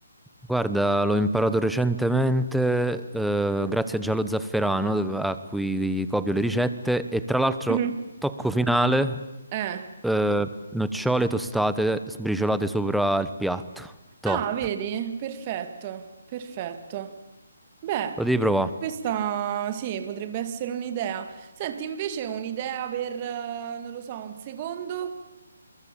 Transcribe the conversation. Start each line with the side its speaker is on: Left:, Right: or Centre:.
Centre: Guarda, l'ho imparato recentemente, eh, grazie a Giallo Zafferano, a cui copio le ricette, e tra l'altro,
Right: Mhm.
Centre: tocco finale,
Right: Eh.
Centre: eh, nocciole tostate sbriciolate sopra il piatto. Top.
Right: Ah, vedi? Perfetto, perfetto. Beh,
Centre: Lo devi provare.
Right: questa sì, potrebbe essere un'idea. Senti, invece un'idea per, eh, non lo so, un secondo?